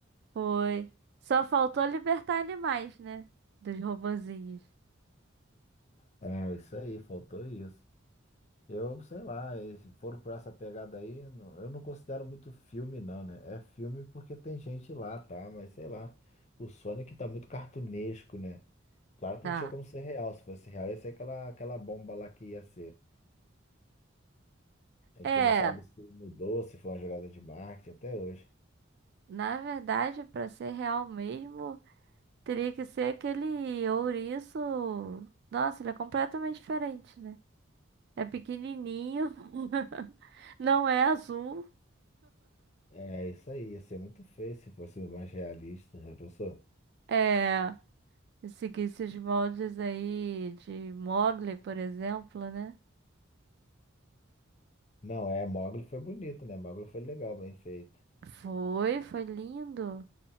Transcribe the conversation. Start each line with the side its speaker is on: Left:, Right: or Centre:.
Right: foi. Só faltou libertar animais, né? Dos robozinhos.
Left: É, isso aí, faltou isso. Eu, sei lá, eles foram pra essa pegada aí, não- eu não considero muito filme, não, né? É filme porque tem gente lá, tá? Mas sei lá, o Sonic tá muito cartunesco, né? Claro que
Right: Tá.
Left: não tinha como ser real. Se fosse real, ia ser aquela, aquela bomba lá que ia ser. A gente
Right: É,
Left: não sabe se mudou, se foi uma jogada de marketing até hoje.
Right: na verdade, pra ser real mesmo. Teria que ser aquele ouriço. Nossa, ele é completamente diferente, né? É pequenininho. <laughs> Não é azul.
Left: É isso aí, ia ser muito feio se fosse mais realista, já pensou?
Right: É. Se seguisse os moldes aí de Mogli, por exemplo, né?
Left: Não, é, Mogli foi bonito, né? Mogli foi legal, bem feito.
Right: Foi, foi lindo.